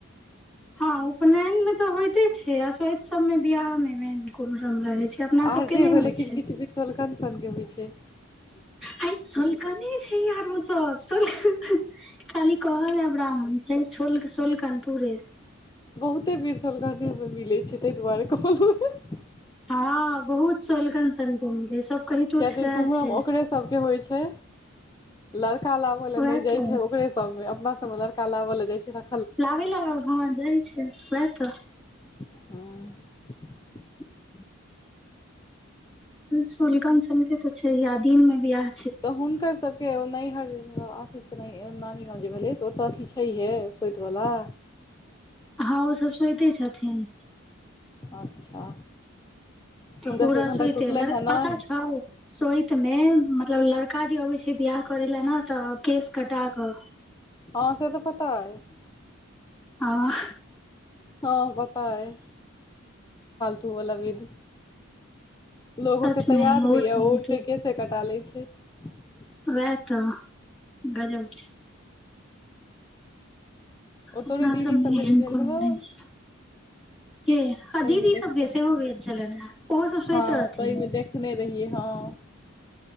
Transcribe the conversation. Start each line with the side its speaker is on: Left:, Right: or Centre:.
Centre: हँ उपनयन में तऽ होइते छै, अ शोइत सबमें बियाह में मेन कुमरम रहैत छै। अपना
Left: आर
Centre: सब के
Left: जे
Centre: नहि
Left: हो,
Centre: होइ
Left: लेकिन
Centre: छै
Left: किछु विध सोलखन सन के होइ छै।
Centre: हैय सोलकने छै, आर ओ सब सोल। खाली कहल ब्राह्मण छै सोलकन पुरे।
Left: बहुते विध सोलकने से मिलै छै, ताहि दुआरे कहलहु हें।
Centre: हँ बहुत सोलकन सनके मिलैं, सब कहितो
Left: किया
Centre: सएह
Left: तऽ कुम्हरम
Centre: छै।
Left: ओकरे सबके होइ छै लड़का लाबै लए
Centre: वएह
Left: नहि जाइ
Centre: तऽ
Left: छै ओकरे सबमें, अपना सबमे लड़का लाबै ल जाइ छै न।
Centre: लाबै लाय न हां, जाइ छै वैह त।
Left: हूं।
Centre: <unintelligible> सोलकन सन के तऽ छैए या, दिन में वियाह।
Left: तऽ हुनकर सबके नैहर। आशीषके नानी गाँव जे भेलै से ओतय की छैहे सोतिवला।
Centre: हँ ओसभ सोचते छथिन।
Left: अच्छा।
Centre: तऽ
Left: हुनकर
Centre: पूरा
Left: सबके एखन
Centre: सोइते,
Left: तक टूटलनि हेँ नहि
Centre: पता छौ सोइत में मतलब लड़का जे अबै छै बि्य। करा ने तऽ केस कटा क।
Left: हँ से तऽ पता अइ।
Centre: हँ
Left: हँ पत्ता अइ। वो वला विध, लोग
Centre: सचमे
Left: ओतो तैयार
Centre: बहुत
Left: होइया
Centre: बहुत
Left: ओ उलटे केस कटा ले छै। ठीक।
Centre: वएह तऽ गजब छै।
Left: ओ
Centre: अपना
Left: तोरे दीदी
Centre: सबमे
Left: सबके
Centre: एहन
Left: जे भेल
Centre: कोनो
Left: रहौ
Centre: छै। ह
Left: ताहिमे
Centre: दीदी
Left: देख
Centre: सबके सेहो भेल छलनि हे ओहो सब सोइत
Left: हँ
Centre: रहथिन।
Left: ताहिमे देखने रहियै हँ